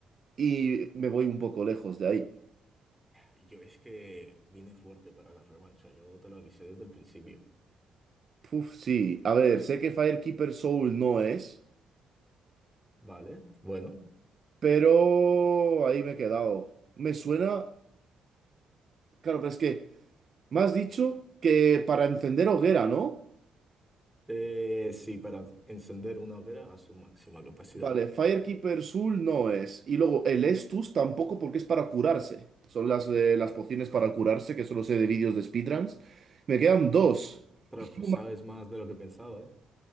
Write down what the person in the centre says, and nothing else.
yo es que vine fuerte para la revancha, yo te lo avisé desde el principio,
¿vale? Bueno,
eh, sí, para encender una hoguera a su máxima capacidad.
Pero pues
sabes más de lo que pensaba, eh